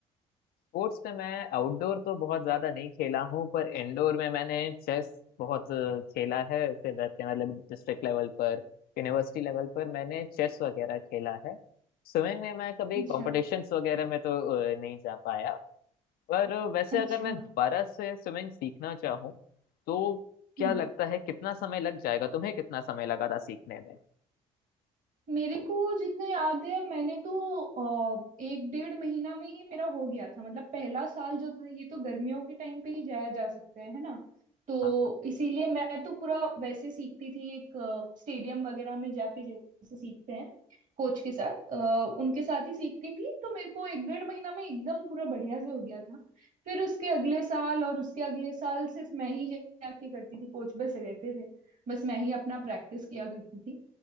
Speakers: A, on the left; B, on the right.
A: स्पोर्ट्स में मैं आउटडोर तो बहुत ज्यादा नहीं खेला हूँ पर इंडोर में मैंने चेस बहुत अ, खेला है ऐसे वैसे मतलब डिस्ट्रिक्ट लेवल पर यूनिवर्सिटी लेवल पर मैंने चेस वगैरह खेला है स्विमिंग में मैं कभी
B: अच्छा
A: कॉम्पिटिशन्स वगैरह में तो अ, नहीं जा पाया पर वैसे
B: अच्छा
A: अगर मैं दोबारा से स्विमिंग सीखना चाहूँ तो क्या
B: हम्म
A: लगता है कितना समय लग जाएगा तुम्हें कितना समय लगा था सीखने में
B: मेरे को जितना याद है मैंने तो अ, एक डेढ़ महीना में ही मेरा हो गया था मतलब पहला साल जो था ये तो गर्मियों के टाइम पे ही जाया जा सकता है है ना तो
A: हाँ हाँ।
B: इसीलिए मैं तो पूरा वैसे सीखती थी एक स्टेडियम वगैरह में जाके जैसे सीखते हैं कोच के साथ अ, उनके साथ ही सीखती थी तो मेरे को एक डेढ़ महीना में एकदम पूरा बढ़िया से हो गया था फिर उसके अगले साल और उसके अगले साल सिर्फ मैं ही जाके करती थी कोच बस रहते थे बस मैं ही अपना प्रैक्टिस किया करती थी